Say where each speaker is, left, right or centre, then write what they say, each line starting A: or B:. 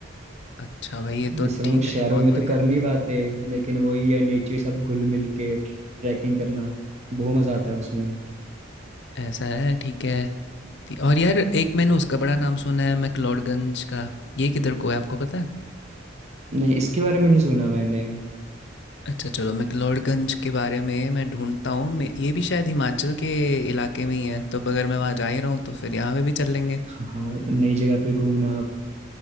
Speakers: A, on the left (about 60°); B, on the right (about 35°).
A: अच्छा भाई ये
B: ये
A: तो
B: सब
A: ठीक
B: हम लोग शहरों
A: है बहुत
B: में
A: बढ़िया
B: तो कर
A: है।
B: नहीं पाते लेकिन वही है नेचर के साथ घुल मिल के ट्रैकिंग करना बहुत मजा आता है उसमें
A: ऐसा है ठीक है ती- और यार एक मैंने उसका बड़ा नाम सुना है मैक्लोडगंज का ये किधर को है आपको पता है
B: नहीं इसके बारे में नहीं सुना मैंने
A: अच्छा चलो मैक्लोडगंज के बारे में मैं ढूंढता हूँ मैं- ये भी शायद हिमाचल के इलाके में ही है तो अब अगर मैं वहाँ जा ही रहा हूँ तो फिर यहाँ पे भी चल लेंगे
B: हाँ हाँ, नई जगह पे घूमना आप